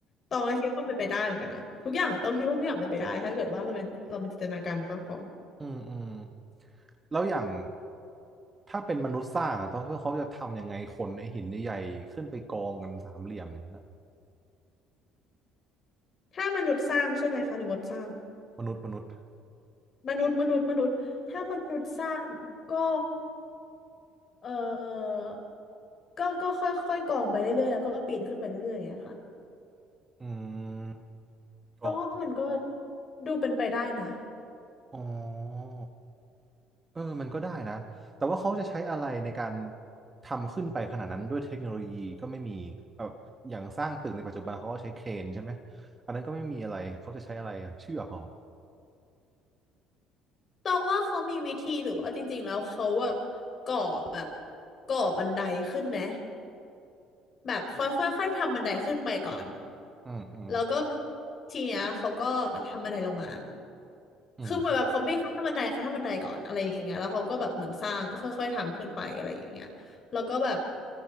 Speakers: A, on the left (about 40°); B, on the right (about 20°).
A: ตองก็คิดว่ามันเป็นไปได้เหมือนกันนะทุกอย่างต้องคิดว่าทุกอย่างเป็นไปได้ถ้าเกิดว่าเราเป็นเราเป็นจินตนาการมากพอ
B: อืมอืมแล้วอย่างถ้าเป็นมนุษย์สร้างอ่ะต้องคิดว่าเขาจะทำยังไงคนไอ้หินใหญ่ๆขึ้นไปกองกันสามเหลี่ยมกันนะ
A: ถ้ามนุษย์สร้างใช่ไหมคะหรือมดสร้าง
B: มนุษย์มนุษย์
A: มนุษย์มนุษย์มนุษย์ถ้ามนุษย์สร้างก็ เออก็ก็ค่อยๆกองไปเรื่อยๆแล้วก็ปีนขึ้นไปเรื่อยๆอย่างเงี้ยค่ะ
B: <laughs> อืมกอง
A: ตองว่ามันก็ดูเป็นไปได้นะ
B: อ๋อเออมันก็ได้นะแต่ว่าเขาจะใช้อะไรในการทำขึ้นไปขนาดนั้นด้วยเทคโนโลยีก็ไม่มีแบบอย่างสร้างตึกในปัจจุบันเขาก็ใช้เครนใช่ไหมอันนั้นก็ไม่มีอะไรเขาจะใช้อะไรอะเชือกเหรอ
A: ตองว่าเขามีวิธีหรือว่าจริงๆแล้วเขาแบบก่อแบบก่อบันไดขึ้นไหมแบบค่อยๆค่อยๆทำบันไดขึ้นไปก่อน
B: อืมอืม
A: แล้วก็ทีเนี้ยเขาก็ทำบันไดลงมา
B: อืม
A: คือเหมือนแบบเขาไม่ขั้นบันไดเขาทำบันไดก่อนอะไรอย่างเงี้ยแล้วเขาก็แบบเหมือนสร้างก็ค่อยๆทำขึ้นไปอะไรอย่างเงี้ยแล้วก็แบบ